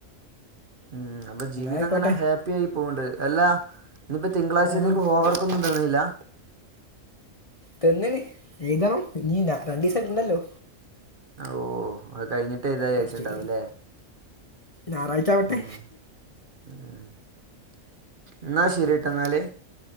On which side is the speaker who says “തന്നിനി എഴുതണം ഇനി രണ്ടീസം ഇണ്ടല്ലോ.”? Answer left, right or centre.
Left